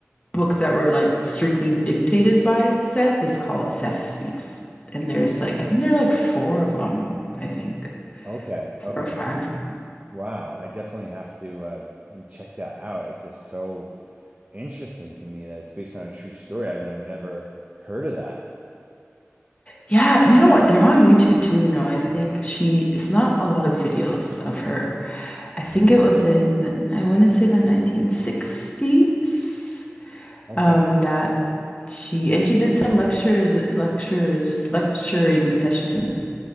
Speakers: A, on the left; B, on the right.
A: books that were like strictly dictated by Seth is called Seth Speaks. And there's like, I think there are like four of them, I think,
B: Okay.
A: four
B: Okay.
A: or five.
B: Wow. I definitely have to uh, check that out. It's just so interesting to me that it's based on a true story. I mean, I've never heard of that.
A: Yeah, you know what? They're on YouTube too. You know, I think she It's not a lot of videos of her. I think it was in the, I want to say the 1960s,
B: Okay.
A: um, that she, and she did some lectures, lectures, lecturing sessions